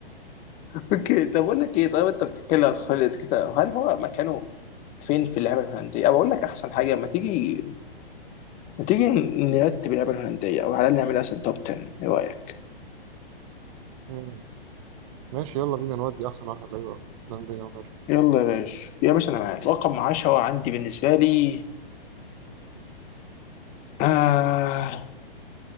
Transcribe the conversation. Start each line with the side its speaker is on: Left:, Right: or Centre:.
Left: اوكي طب اقول لك ايه طيب انت بتتكلم عن خالد كده هل هو مكانه فين في اللعبه الهولنديه؟ او اقول لك احسن حاجه ما تيجي ما تيجي نرتب اللعبه الهولنديه او على الأقل نعمل مثلا توب 10 ايه رايك؟
Right: آه. ماشي يلا بينا نودي احسن واحد ايوه هولندا يلا
Left: يلا يا باشا يا باشا انا معاك رقم 10 عندي بالنسبه لي آه